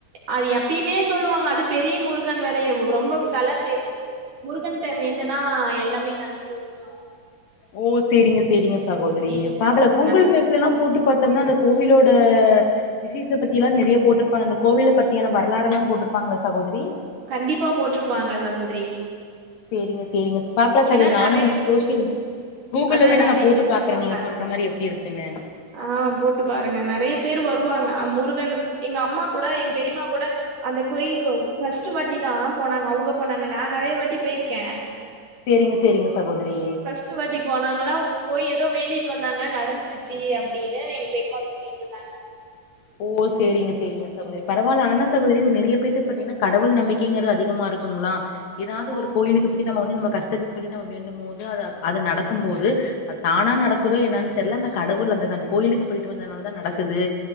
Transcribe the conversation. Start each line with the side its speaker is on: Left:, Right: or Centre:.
Right: அது எப்பயுமே சொல்லுவாங்க அது பெரிய முருகன் வேறைய ரொம்ப செல பெருசு முருகன்ட்ட வேண்டுனா எல்லாமே நடக்குதுன்னுவாங்
Left: ஓ சேரிங்க சேரிங்க சகோதரி
Right: நடக்கும்டின்னு சொல்லுவாங்க.
Left: பாக்கல கூகுள் மேப் இதெல்லாம் போட்டு பாத்தம்னா அந்த கோவிலோட விசேஷ பத்தியெல்லா நெறைய போட்ருப்பாங்க அந்த கோவில பத்தியான வரலாறு எல்லா போட்டிருப்பாங்களா சகோதரி
Right: கண்டிப்பா போட்ருப்பாங்க சகோதரி
Left: சேரிங்க சேரிங்க பாக்லா சகோதரி
Right: ஏன்னா
Left: நானு
Right: நெறைய
Left: வந்து
Right: பே
Left: சோசியல் கூகுள்ல
Right: அதா
Left: வேணா
Right: நெறைய
Left: நா போட்டு
Right: பேர்
Left: பாக்குறே
Right: வருவாங்க.
Left: நீ சொல்ற மாறி எப்டி இருக்குன்னு
Right: ஆ போட்டு பாருங்க நெறைய பேர் வருவாங்க அ முருகன் எங்க அம்மா கூட எங்க பெரியம்மா கூட அந்த கோயிலுக்கு ஃபர்ஸ்ட் வாட்டி தா போனாங்க அவங்க போனாங்க நா நெறைய வாட்டி போயிருக்கே
Left: சேரிங்க சேரிங்க சகோதரி
Right: ஃபஸ்டு வாட்டி போனாங்களா போய் ஏதோ வேண்டிட்டு வந்தாங்க நடந்துருச்சு அப்டின்னு எங் பெரிமா சொல்லி ட்டுருதாங்க
Left: ஓ சேரிங்க சேரிங்க சகோதரி பரவாயில்ல ஆனா சகோதரி ஒரு நெறைய பேத்துக்கு பாத்தீங்கன்னா கடவுள் நம்பிக்கைங்கிறது அதிகமா இருக் குங்களா ஏதாவது
Right: ஆ
Left: ஒரு கோயிலுக்கு போய் நம்ம வந்து நம்ம கஷ்டத்த சொல்லி நம்ம வேண்டும் போது அது அது நடக்கும் போது அது தானா நடக்குதோ என்னன்னு தெர்ல அந்த கடவுள் அந்த அந்த கோயிலுக்கு போயிட்டு வந்தனால தா நடக்குது